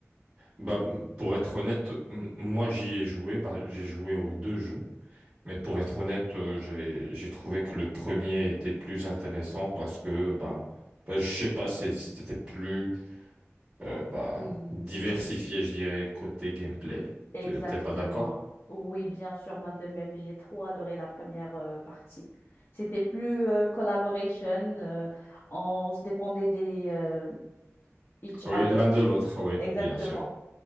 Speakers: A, on the right (about 25°); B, on the left (about 45°).
A: Bah, pour être honnête, m- moi j'y ai joué. Bah, j'ai joué aux deux jeux. Mais pour être honnête, euh, j'ai j'ai trouvé que le premier était plus intéressant parce que bah, bah je sais pas, c'est- c'était plus euh, bah,
B: Oui,
A: diversifié,
B: oui,
A: je dirais, côté gameplay.
B: exactement.
A: Tu- T'es pas d'accord?
B: Oui, bien sûr, moi de même, j'ai trop adoré la première euh, partie. C'était plus euh, collaboration, euh, on se dépendait des euh, each
A: Oui,
B: other.
A: l'un de l'autre, oui,
B: Exactement.
A: bien sûr.